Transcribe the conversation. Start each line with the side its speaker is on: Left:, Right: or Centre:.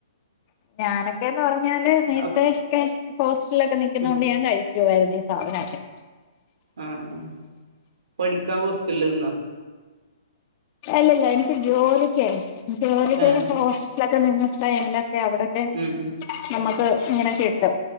Left: ഞാനൊക്കെന്ന് റഞ്ഞാൽ നേരത്തെൊക്കെ
Right: അപ്
Left: ഹോസ്റ്റലിലൊക്കെ നിക്കുന്നൊണ്ട്
Right: ഉം
Left: ഞാൻ കഴി ായിരുന്നു ഈ സാധനൊട്ടെ <unintelligible>
Right: ആഹ, അ, പഠിക്കാ. ഹോസ്റ്റൽന്നാ
Left: അല്ലല്ല എനിക്ക് ജോലിക്കെ ജോലിക്ക്
Right: ഏഹ്
Left: ജോസ്റ്റലൊക്കെ നിന്ന ടൈമി എ. അവിടൊക്കെ
Right: ഉം ഉം
Left: നമ്മക്ക്. ഇങ്ങനെ കിട്ടും.